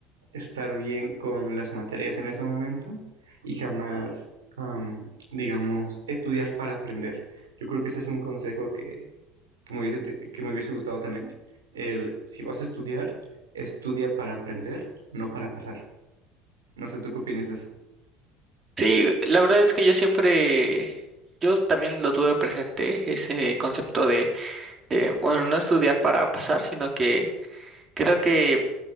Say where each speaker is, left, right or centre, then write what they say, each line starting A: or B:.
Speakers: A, on the right (about 85°); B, on the right (about 35°).
A: estar bien con las materias en ese momento y jamás, am, digamos, estudiar para aprender. Yo creo que ese es un consejo que que me hubiese, te- que me hubiese gustado tener, el si vas a estudiar, estudia para aprender, no para pasar. No sé, ¿tú qué opinas de eso?
B: Sí, la verdad es que yo siempre, yo también lo tuve presente, ese concepto de, de, bueno, no estudiar para pasar, sino que creo que